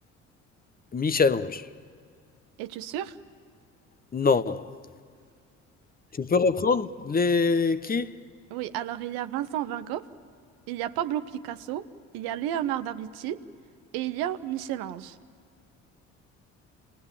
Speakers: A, on the left; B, on the right.
A: Michel-Ange.
B: Es-tu sûr?
A: Non. Tu peux reprendre les qui?
B: Oui, alors il y a Vincent Van Gogh, il y a Pablo Picasso, il y a Leonardo da Vinci et il y a Michel-Ange.